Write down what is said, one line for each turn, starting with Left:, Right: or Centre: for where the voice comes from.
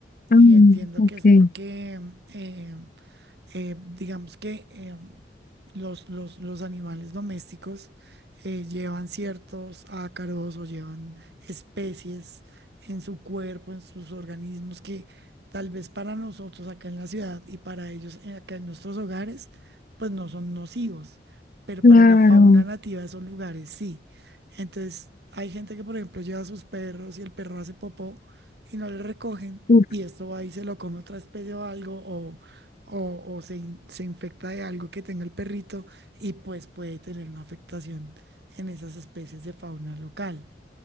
Right: y
Left: Ah,
Right: entiendo
Left: ok,
Right: que es porque em, eh, digamos que eh, los, los, los animales domésticos eh, llevan ciertos ácaros o llevan especies en su cuerpo, en sus organismos, que tal vez para nosotros acá en la ciudad y para ellos eh, acá en nuestros hogares, pues no son nocivos, pero
Left: claro,
Right: para la fauna nativa de esos lugares sí. Entonces, hay gente que, por ejemplo, lleva a sus perros y el perro hace popó y no le recogen.
Left: uf,
Right: Y esto va y se lo come otra especie o algo, o o, o se, in- se infecta de algo que tenga el perrito y pues puede tener una afectación en esas especies de fauna local.